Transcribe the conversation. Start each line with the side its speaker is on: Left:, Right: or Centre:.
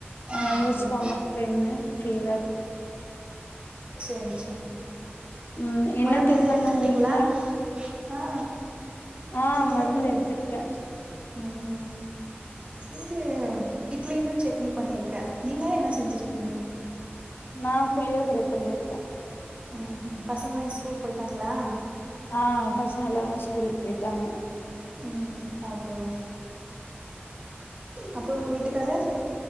Left: அது
Right: அப்டியா
Left: ஸ்டொமெக் பெயினு ஃபீவர்
Right: சேர் சே
Left: ம் என்ன
Right: மருந்து
Left: டிஃபன்
Right: எது எடுத்துக்கிட்டீங்களா
Left: உங்க வீட்ல
Right: ஆ
Left: ஆ
Right: இட்லின்னு
Left: மருந்து எடுத்துக்ட்ட
Right: ம்ஹும் இது இட்லினு சட்னி பண்ணிருக்க நீங்க என்ன செஞ்சிருக்கீங்க
Left: நா புளியோதரை பண்ணிருக்க
Right: ம் ம் பசங்கல்லா ஸ்கூல் போயிட்டாங்களா
Left: ஆ பசங்க எல்லார்மே ஸ்கூலுக்கழ போய்ட்டாங்க
Right: ம் ஓகே ஓ அப்றோ உங்க வீட்டுக்காரு